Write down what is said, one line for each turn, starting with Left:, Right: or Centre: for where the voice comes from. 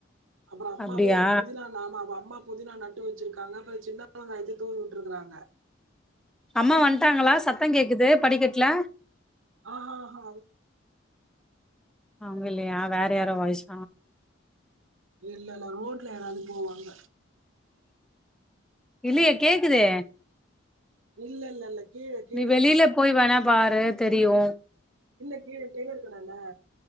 Right: அப்பறம் அம்மாவே
Centre: அப்படியா
Right: இந்த புதினா நாம அம்மா புதினா நட்டு வச்சிருக்காங்க அப்ப சின்ன வெங்காயத்த தூவி விட்டுருக் காங்க
Centre: அம்மா வன்டாங்களா சத்தம் கேக்குது படிக்கட்டுல
Right: ஆஹா ஆஹா
Centre: அவங்க இல்லையா வேற யாரோ வாய்ஸ
Right: இல்ல இல்ல ரோடல யாராவது போவாங்க
Centre: இல்லையே கேக்குதே
Right: இல்ல இல்ல இல்ல கீழே கீழே
Centre: நீ வெளியில போய் வேணா பாரு தெரியும்
Right: இல்ல கீழ டெய்லர் கட ல